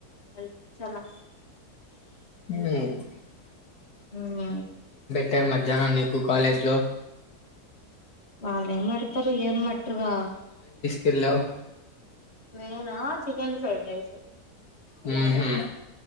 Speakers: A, on the left (about 40°); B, on the left (about 75°).
A: వెళ్ళొచ్చాను
B: ఉమ్
A: ఉమ్
B: టే మధ్యాహ్నం నీకు కాలేజ్లో
A: వాళ్ళేం పెడతరు ఏం పెట్టారుగా
B: వెళ్ళావ్
A: నేనా చికెన్ ఫ్రైడ్ రైస్
B: హు హు